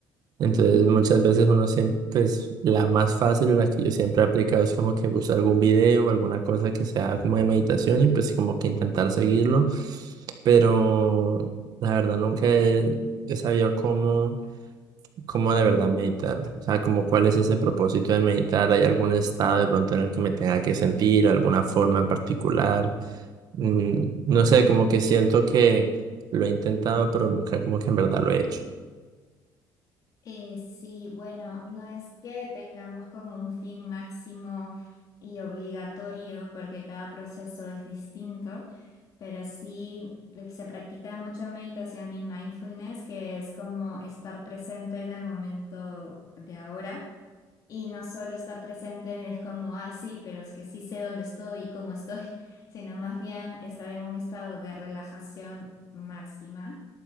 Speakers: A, on the right (about 55°); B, on the left (about 50°).
A: Entonces
B: Ujú, ujú.
A: muchas veces uno siempre, pues la más fácil o la que yo siempre he aplicado es como que buscar algún video o alguna cosa que sea como de meditación y pues como que intentar seguirlo. Pero la verdad nunca he he sabido cómo. ¿Cómo de verdad meditar? O sea, como cuál es ese propósito de meditar? ¿Hay algún estado de pronto en el que me tenga que sentir, alguna forma en particular? Mm, no sé, como que siento que lo he intentado, pero nunca como que en verdad lo he hecho.
B: Eh, sí, bueno, no es que tengamos como un fin máximo y obligatorio porque cada proceso es distinto, pero sí eh, se practica mucho meditación y mindfulness, que es como estar presente en el momento de ahora Y no solo estar presente es como, ah, sí, pero es que sí sé dónde estoy y cómo estoy, <laughs> sino más bien estar en un estado de relajación máxima